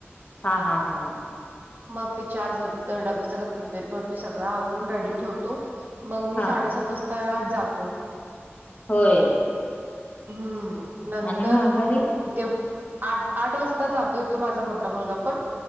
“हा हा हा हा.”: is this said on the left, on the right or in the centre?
Left